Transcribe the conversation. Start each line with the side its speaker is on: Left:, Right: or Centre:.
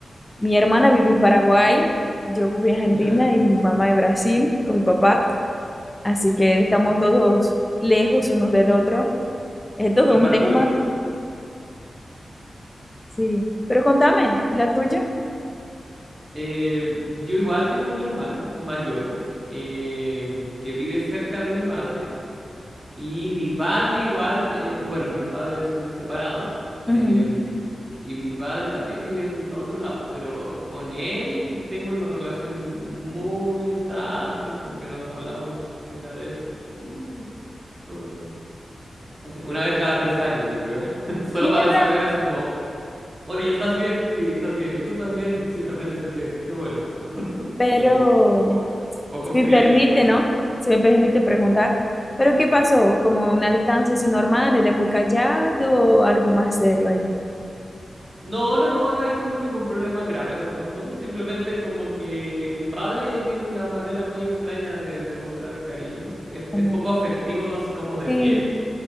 Left: Mi hermana vive en Paraguay, yo vivo en Argentina
Right: ya,
Left: y mi mamá en Brasil
Right: mm,
Left: con mi papá. Así que estamos
Right: mm.
Left: todos lejos unos del otro. Es todo
Right: Repartidos.
Left: un tema, sí. Pero contame, ¿y la tuya?
Right: Eh, yo igual tengo un hermano mayor eh, que vive cerca de mi madre Y mi padre igual, eh, bueno, mis padres son separados, eh,
Left: Ujú.
Right: y mi padre también vive en otro lado, pero con él tengo una relación muy distante, como que nos hablamos una vez, uh, por, no sé, una vez cada tres años, yo creo, <laughs> solo
Left: Mierda,
Right: para saber así como, oye, ¿estás bien? Sí, estás bien, ¿y tú estás bien? Sí, también estoy bien, qué bueno,
Left: pero
Right: como po- poco
Left: Si
Right: fría
Left: me permite,
Right: y distante.
Left: ¿no? se me permite preguntar, ¿pero qué pasó? ¿Como una distancia así normal, era muy callado o algo más serio ahí?
Right: No, no, no, no hay como ningún problema grave de fondo. Simplemente como que mi padre tiene una manera muy extraña de, de mostrar cariño. Es,
Left: Como,
Right: es poco afectivo, así como de
Left: sí,
Right: piel.